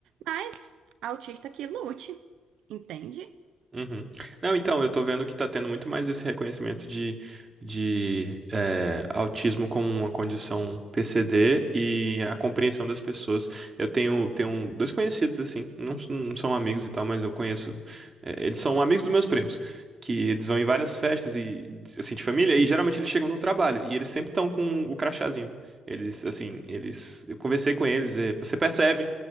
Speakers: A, on the right; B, on the right.
A: Mas autista que lute, entende?
B: Uhum. Não, então, eu tô vendo que tá tendo muito mais esse reconhecimento de, de eh, autismo como uma condição PCD e a compreensão das pessoas. Eu tenho, tenho um, dois conhecidos, assim, não, s- não são amigos e tal, mas eu conheço. eh, eles são amigos dos meus primos, que eles vão em várias festas e, assim, de família, e geralmente eles chegam no trabalho, e eles sempre estão com o crachazinho. Eles, assim, eles. Eu conversei com eles, eh, você percebe